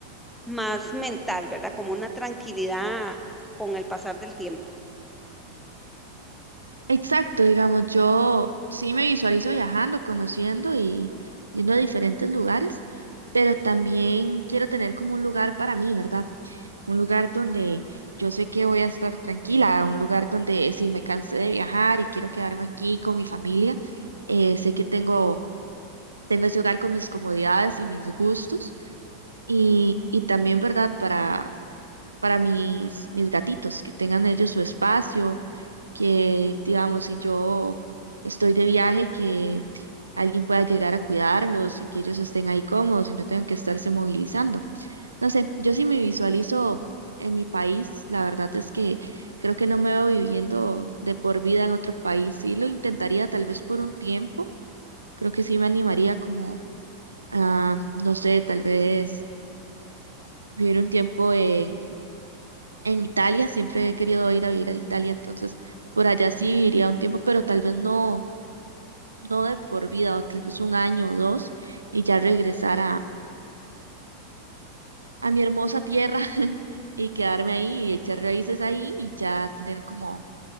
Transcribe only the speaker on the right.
Exacto, digamos, yo sí me visualizo viajando, conociendo y yendo a diferentes lugares, pero también quiero tener como un lugar para mí, ¿verdad? un lugar donde yo sé que voy a estar tranquila, un lugar donde si me cansé de viajar y quiero quedarme aquí con mi familia, eh, sé que tengo, tengo ese hogar con mis comodidades y mis gustos y, y también, ¿verdad? Para, para mis, mis gatitos, que tengan ellos su espacio, que digamos, si yo estoy de viaje, que alguien pueda llegar a cuidarlos y que ellos estén ahí cómodos y no tengan que estarse movilizando. No sé, yo sí me visualizo en mi país, la verdad es que creo que no me veo viviendo de por vida en otro país. Sí lo intentaría tal vez por un tiempo, creo que sí me animaría como a, no sé, tal vez vivir un tiempo en, en Italia, siempre he querido ir a vivir a Italia, entonces por allá sí viviría un tiempo, pero tal vez no, no de por vida, o tal vez un año o dos y ya regresar a mi hermosa tierra <laughs> y quedarme ahí y echar raíces ahí y ya tener como